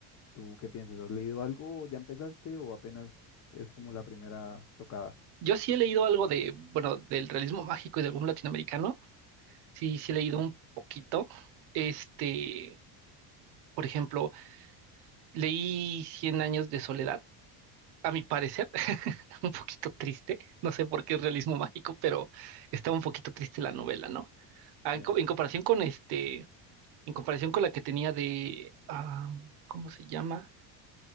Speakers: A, on the left; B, on the right.
A: ¿Tú qué piensas? ¿Has leído algo? ¿Ya empezaste o apenas es como la primera tocada?
B: Yo sí he leído algo de, bueno, del realismo mágico y del boom latinoamericano. Sí, sí he leído un poquito. Este, por ejemplo. Leí Cien años de soledad, a mi parecer, <laughs> un poquito triste. No sé por qué es realismo mágico, pero está un poquito triste la novela, ¿no? Ah,
A: Sí,
B: En, co- en comparación con este, en comparación con la que tenía de, ah, ¿cómo se llama?